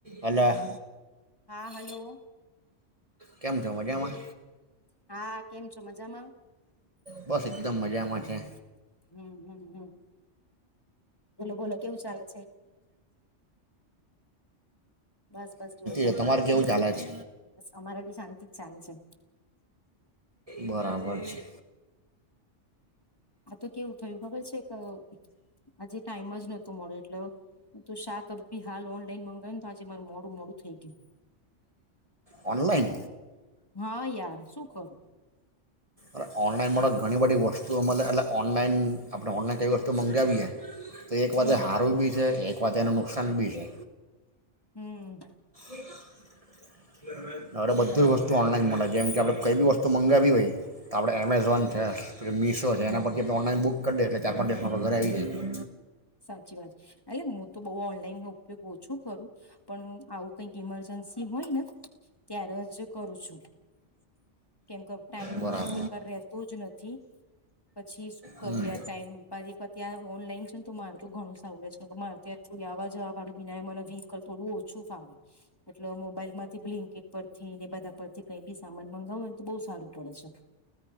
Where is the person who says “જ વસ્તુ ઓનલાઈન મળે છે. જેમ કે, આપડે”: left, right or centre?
Right